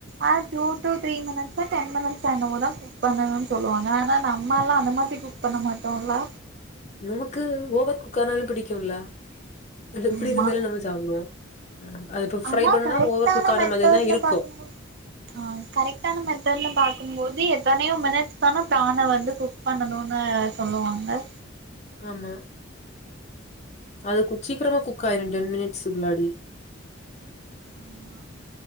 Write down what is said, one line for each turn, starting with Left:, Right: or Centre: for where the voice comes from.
Right: ஆனா two two three minutes ten minutes ஆ என்னமோ தா குக் பண்ணணுனு சொல்லுவாங்க ஆனா நம்ம எல்லா அந்த மாரி குக் பண்ண மாட்டோம்ல்லா
Left: நமக்கு ஓவர் குக்கானாலு பிடிக்குல அது எப்டி
Right: ஆமா
Left: இருந்தாலு நம்ம சாப்டுவோ அது இப்ப ஃப்ரை
Right: ஆனா
Left: பண்ணா
Right: கரைக்டான
Left: ஓவர் குக் ஆன
Right: மெத்தேட்னு
Left: மாதிரிதா இருக்கு
Right: பாக்கும்போது அ கரைக்ட்டான மெத்தேடுன்னு பாக்குபோது தி எத்தனையோ மினிட்ஸ் தான தான வந்து குக் பண்ணணு நென சொல்லுவாங்க
Left: அமா அது குச்சிரம குக்கயிரு டென் மினிட்ஸ் குள்ளாடி
Right: ஆமா